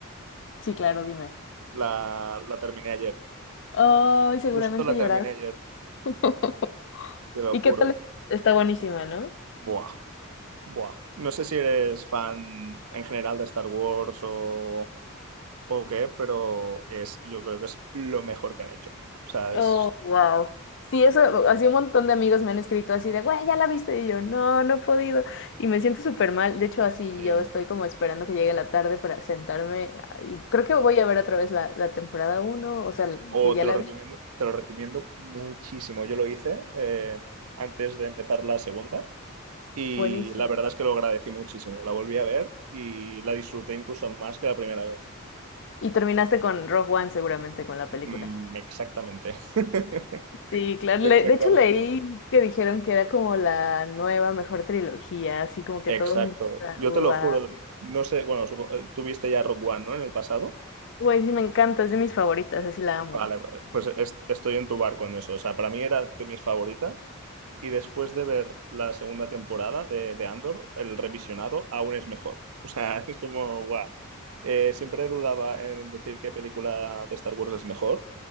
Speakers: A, on the left (about 60°); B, on the right (about 75°).
A: Sí, claro, dime.
B: La, la terminé ayer.
A: Ay, seguramente
B: Justo la terminé
A: lloras.
B: ayer,
A: <laughs>
B: te lo
A: ¿Y
B: juro.
A: qué tal? Está buenísima, ¿no?
B: Buah, buah. No sé si eres fan en general de Star Wars o, o qué, pero es, yo creo que es lo mejor que han hecho. O sea,
A: Oh,
B: es...
A: wow. Sí, eso, así un montón de amigos me han escrito así de, güey, ya la viste. Y yo, no, no he podido. Y me siento súper mal. De hecho, así
B: sí.
A: yo estoy como esperando que llegue la tarde para sentarme. ah, Y creo que voy a ver otra vez la, la temporada uno o sea,
B: O
A: que ya
B: te
A: la
B: lo recomiendo,
A: vi.
B: te lo recomiendo muchísimo. Yo lo hice eh, antes de empezar la segunda y
A: Buenísimo.
B: la verdad es que lo agradecí muchísimo. La volví a ver y la disfruté incluso más que la primera vez.
A: Y terminaste con Rogue One, seguramente, con la
B: Mm,
A: película.
B: exactamente. <laughs>
A: Sí, claro.
B: Exactamente.
A: le- de hecho, leí que dijeron que era como la nueva mejor trilogía, así como que
B: Exacto.
A: todo el mundo está,
B: Yo
A: "Guau".
B: te lo juro, no sé, bueno, supo- eh, tuviste ya Rock One, ¿no? En el pasado.
A: Güey, sí, me encanta, es de mis favoritas, así la amo.
B: Vale, pues es- estoy en tu barco en eso. O sea, para mí era de mis favoritas. Y después de ver la segunda temporada de, de Andor, el revisionado aún es mejor. O sea, <laughs> es como, guau. Eh, siempre dudaba en decir qué película de Star Wars es mejor.